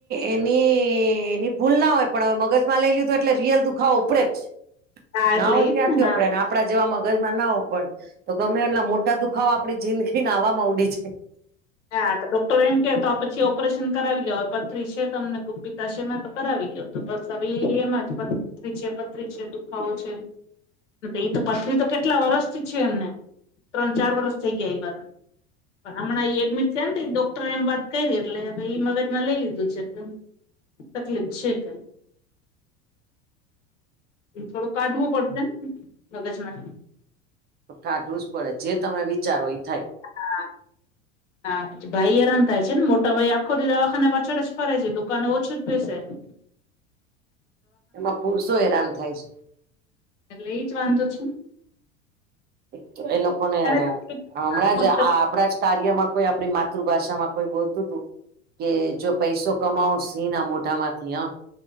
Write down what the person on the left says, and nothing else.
હા
એટલે
ઈ જ
ને હા
હા તો ડોક્ટર એમ કે તો આ પછી ઓપરેશન કરાવી લ્યો પથરી છે તમને ગુપ્પિતા છે મેમાં તો કરાવી લ્યો. તો બસ હ એમાં જ પરી છે પથરી છે દુખાવો છે. એ તો પથરી તો કેટલા વરષથી છે એમને ત્રણ ચાર વરષ થઇ ગયા એ વાત. હમણાં એ ડમિટ થ્યાન તે ડોક્ટરે એમ વાત કરી એટલે ભઈ મગજમાં લઈ લીધું છે કેમ. તકલીફ છેક. થોડો કાઢવો પડતો ને લગચમાં.
હા. હા ભાઈ હેરાન થાય છે ને મોટા ભાઈ આખોદી દવાખાને પાછળ જ ફરે છે દુકાને ઓછું જ બેસે. .
એટલે ઈ જ વાંધો છું.
તકલીફ
મોટી
તકલીફ